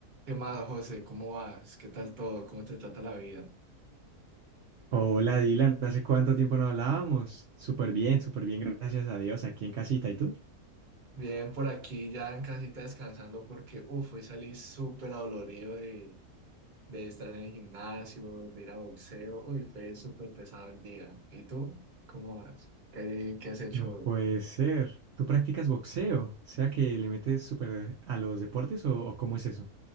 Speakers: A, on the right; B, on the right.
A: ¿Qué más, José? ¿Cómo vas? ¿Qué tal todo? ¿Cómo te trata la vida?
B: Hola Dylan, ¿hace cuánto tiempo no hablábamos? Súper bien, súper bien, gracias a Dios, aquí en casita. ¿Y tú?
A: Bien, por aquí ya en casita descansando porque, uff, hoy salí súper adolorido de, de estar en el gimnasio, de ir a boxeo. Uy, fue súper pesado el día. ¿Y tú? ¿Cómo vas? ¿Qué, qué has hecho
B: No puede
A: hoy?
B: ser. ¿Tú practicas boxeo? O sea que le metes súper a los deportes o, o cómo es eso?